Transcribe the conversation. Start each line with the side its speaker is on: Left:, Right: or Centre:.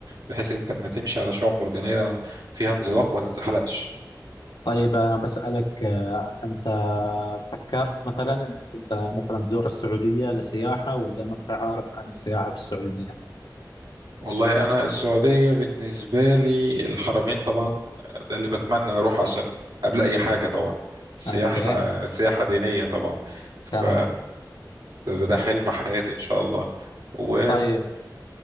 Right: بحيث انت لما تمشي على شعاب مرجانية فيها انزلاق ما تتزحلقش
Left: طيب انا بسألك آه، انت فكرت مثلا انك انت مثلا تزور السعودية لسياحة ولا ما انت عارف عن السياحة في السعودية؟
Right: والله انا السعودية بالنسبة لي الحرمين طبعا آه، ده اللي بتمنى اروح عشان قبل اي حاجة طبعا سياحة
Left: اوكي
Right: سياحة دينية طبعا ف
Left: تمام
Right: ده ده حلم حياتي ان شاء الله و
Left: طيب